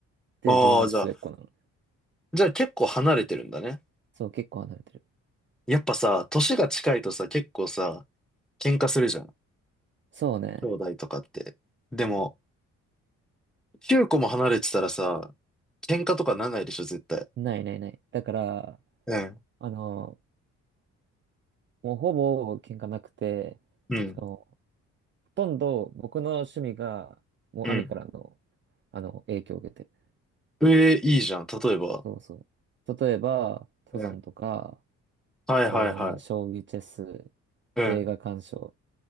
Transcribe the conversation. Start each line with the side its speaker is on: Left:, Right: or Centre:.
Right: で、
Centre: ああ、
Right: 自分が末っ子なの。
Centre: じゃあ、じゃあ結構離れてるんだね。
Right: そう、結構離れてる。
Centre: やっぱさ、年が近いとさ、結構さ、喧嘩するじゃん。
Right: そうね。
Centre: 兄弟とかって。でも、9個も離れてたらさ、喧嘩とかならないでしょ、絶対。
Right: ないないない。だから、
Centre: うん。
Right: あの、もうほぼ喧嘩なくて、
Centre: うん。
Right: しかも、ほとんど僕の趣味が、もう兄からの、
Centre: うん。
Right: あの、影響を受けてる。
Centre: ええ、いいじゃん。例えば。
Right: そうそう。例えば、登山とか、
Centre: うん。はいはいは
Right: えー将棋、チェス、
Centre: い。うん。
Right: 映画鑑賞、